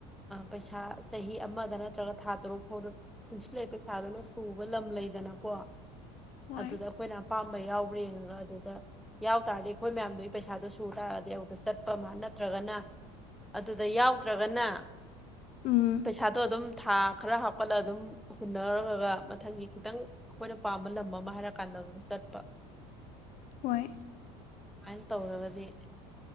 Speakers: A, in the centre; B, on the left.
A: ꯄꯩꯁꯥ ꯆꯍꯤ ꯑꯃꯗ ꯅꯠꯇ꯭ꯔꯒ ꯊꯥ ꯇꯔꯨꯛ ꯐꯥꯎꯗ ꯄꯨꯟꯁꯤꯜꯂꯛꯏ ꯄꯩꯁꯥꯗꯨꯅ ꯁꯨꯕ ꯂꯝ ꯂꯩꯗꯅꯀꯣ
B: ꯍꯣꯏ
A: ꯑꯗꯨꯗ ꯑꯩꯈꯣꯏꯅ ꯑꯄꯥꯝꯕ ꯌꯥꯎꯕ꯭ꯔ ꯌꯦꯡꯉꯒ ꯑꯗꯨꯗ ꯌꯥꯎ ꯇꯥꯔꯗꯤ ꯑꯩꯈꯣꯏ ꯃꯌꯥꯝꯗꯨꯒꯤ ꯄꯩꯁꯥꯗꯣ ꯁꯨ ꯇꯥꯔꯗꯤ ꯑꯗꯨꯗ ꯆꯠꯄ ꯑꯃ ꯅꯠꯇ꯭ꯔꯒꯅ ꯑꯗꯨꯗ ꯌꯥꯎꯗ꯭ꯔꯒꯅ
B: ꯎꯝ
A: ꯄꯩꯁꯥꯗꯣ ꯑꯗꯨꯝ ꯊꯥ ꯈꯔ ꯍꯥꯞꯀꯠꯂ ꯑꯗꯨꯝ ꯍꯨꯟꯅꯔꯒꯒ ꯃꯊꯪꯒꯤ ꯈꯤꯇꯪ ꯑꯩꯈꯣꯏꯅ ꯄꯥꯝꯕ ꯂꯝ ꯑꯃ ꯍꯥꯏꯔꯀꯥꯟꯗꯒꯥ ꯆꯠꯄ
B: ꯍꯣꯏ
A: ꯑꯗꯨꯃꯥꯏꯅ ꯇꯧꯔꯒꯗꯤ